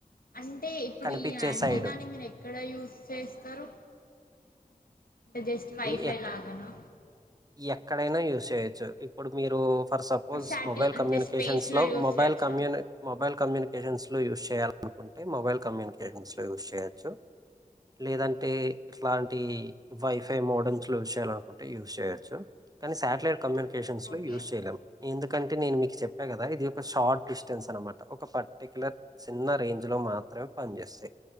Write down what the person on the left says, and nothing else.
అంటే ఇప్పుడు
ఈ యాంటీనాని
మీరు ఎక్కడ యూస్ చేస్తారు? జస్ట్ వైఫై
లాగనా?
ఇప్పుడు శాటిల్
అంటే
స్పేస్
యూజ్
చేయొచ్చా
ఓకే